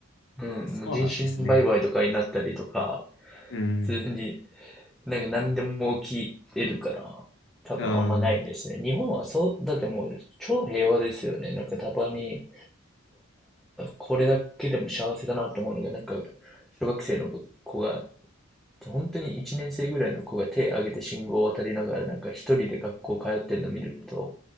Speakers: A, in the centre; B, on the left.
A: うん。
B: そうなんですね。
A: もう人身売買とかになったりとか、
B: うん。
A: 普通に、なんか何でも起き得るから、多分あんまないですね。
B: うん。
A: 日本はそう、だってもう超平和ですよね。なんかたまに、これだけでも幸せだなって思うのが、なんか、小学生の子が本当に1年生ぐらいの子が手を挙げて信号を渡りながら、なんか一人で学校通ってるのを見ると、